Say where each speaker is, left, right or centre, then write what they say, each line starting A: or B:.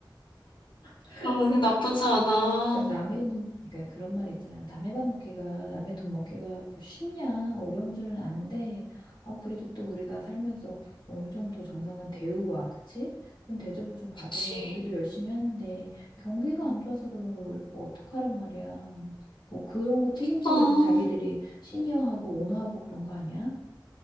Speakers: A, on the left; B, on the left.
A: <laughs>
B: 어, 나쁘지 않아.
A: 그러니까 남의 눈, 그러니까 그런 말이 있잖아. 남의 밥 먹기가, 남의 돈 먹기가 뭐 쉽냐, 어려운 줄은 아는데, 어, 그래도 또 우리가 살면서 어느 정도 정당한 대우와, 그치? 그런 대접을 좀 받으면
B: 그치?
A: 우리도 열심히 하는데, 경기가 안 좋아서 그런 걸 우리 보고 어떡하란 말이야. 뭐 그런 거 책임지려고
B: 아.
A: 자기들이 시니어하고 오너하고 그런 거 아니야?